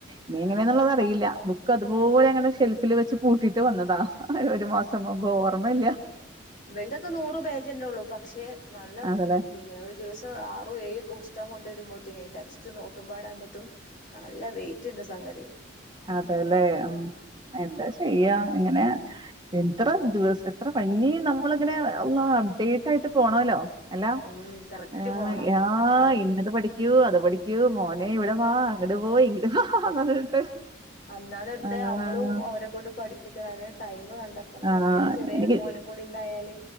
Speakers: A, on the right; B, on the left.
A: ഇനി
B: ആഹ്
A: എങ്ങനെന്നുള്ളതറിയില്ല
B: ആഹ്
A: ബുക്ക് അതുപോലെ
B: ഉം
A: അങ്ങനെ ഷെൽഫില് വെച്ച് പൂട്ടിട്ട് വന്നതാ ആഹ് ഒരു മാസം മുമ്പ് ഓർമ്മയില്യാ
B: ഇവൾഡേക്കെ നൂറ് പേജന്നേ ഉള്ളൂ പക്ഷെ നല്ല
A: അതല്ലേ
B: പിന്നെ ഒരു ദിവസം ആറും ഏഴും ഒക്കെ പുസ്തകം കൊണ്ട് വരുമ്പോത്തീനെ ടക് സ്റ്റും നോട്ടുംപാടാമ്പത്തും നല്ല വെയിറ്റ്ണ്ട് സംഗതി
A: അതെല്ലേ ഉം എന്താ ചെയ്യാ ഇങ്ങനെ
B: ഉം
A: പിൻ എത്ര ദിവസ് എത്ര ഭങ്ങി നമ്മളിങ്ങനെ അള്ളാ അപ്ഡേറ്റ് ആയിട്ട് പോണോല്ലോ അല്ലാ
B: ഉം ഉം കറക്റ്റ്
A: ആഹ്
B: പോണം
A: യാഹ്
B: അവൻ
A: എങ്ങനെ പഠിക് ക്കൂ അത് പഠിക്കൂ മോനെ ഇവിടെ വാ അങ്ങട് പോ ഇങ്ങട് വാന്ന് പറഞ്ഞിട്ട്
B: അന്നാന്നടുത്ത്
A: ആഹ്
B: നമ്മളും ഓരെ കൊണ്ട് പഠിപ്പിക്കണം അതിന് ടൈമ് കണ്ടെത്തണം
A: ആഹ്
B: അതിന്റെടെ ചെറിയ
A: എനിക്ക്
B: മോനും കൂടിണ്ടായാല്